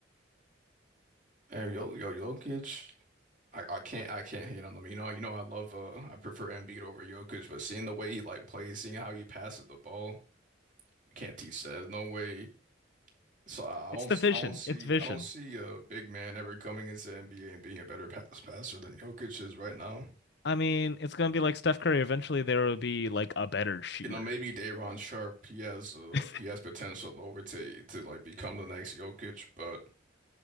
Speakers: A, on the right; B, on the left.
A: Damn, yo, yo, Jokic. I, I can't I can't hate on them. You know, you know I love uh I prefer Embiid over Jokic, but seeing the way he like plays, seeing how he passes the ball, you can't teach that. There's no way. So I
B: it's
A: don't
B: the vision.
A: I don't see
B: It's vision.
A: I don't see a big man ever coming into NBA and being a better pass passer than Jokic is right now.
B: I mean, it's gonna be like Steph Curry. Eventually, there will be like a better shooter.
A: You know, maybe Daron Sharp, he has uh,
B: <laughs>
A: he has potential over to to like become the next Jokic, but